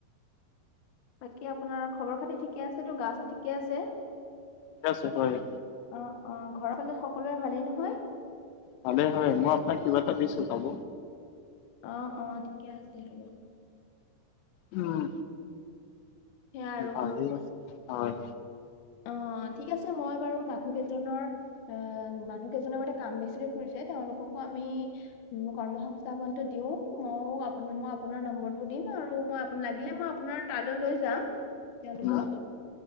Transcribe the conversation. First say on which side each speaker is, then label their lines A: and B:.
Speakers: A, on the left; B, on the left.
A: বাকী আপোনাৰ খবৰ খাতি ঠিকে আছে তো গা চা ঠিকে আছে।
B: ক আছো হয়।
A: অ অ ঘৰৰ ফালে সকলোৰে ভালেই নহয়।
B: ভালে হয় মই আপোনাক কিবা এটা দিছো চাব।
A: অ অ ঠিকে আছিল ৰ'ব।
B: উম।
A: সেয়া আৰু
B: ভালেই হয়।
A: অ ঠিক আছে মই বাৰু মানুহ কেইজনৰ। অ মানুহ কেইজনৰ বাবে কাম বেছিকৈ ফুৰি যায় তেওঁলোককো আমি। কৰ্ম সংস্থাপনটো দিও মই ম আপোনাৰ নম্বৰটো দিম আৰু মই। <inaudible> লাগিলে মই আপোনাৰ তালৈ লৈ যাম তেওঁলোকক।
B: উম